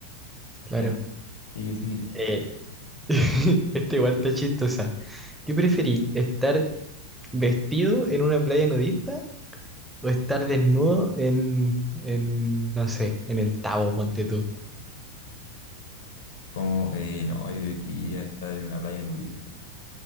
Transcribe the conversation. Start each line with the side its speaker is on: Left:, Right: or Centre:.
Centre: Claro.
Left: Ya, sigue, sigue.
Centre: Eh, <laughs> Esta igual está chistosa. ¿Qué preferí? ¿Estar vestido en una playa nudista o estar desnudo en, en, no sé, en el Tabo, ponte tú?
Left: Como, eh, no, yo preferiría estar en una playa nudista.